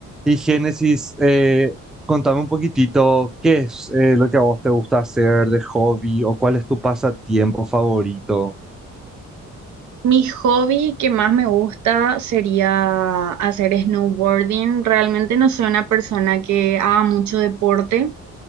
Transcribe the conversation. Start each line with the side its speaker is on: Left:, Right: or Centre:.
Centre: Y Génesis, eh, contame un poquitito qué es eh, lo que a vos te gusta hacer de hobby o cuál es tu pasatiempo favorito.
Right: Mi hobby que más me gusta sería hacer snowboarding. Realmente no soy una persona que haga mucho deporte,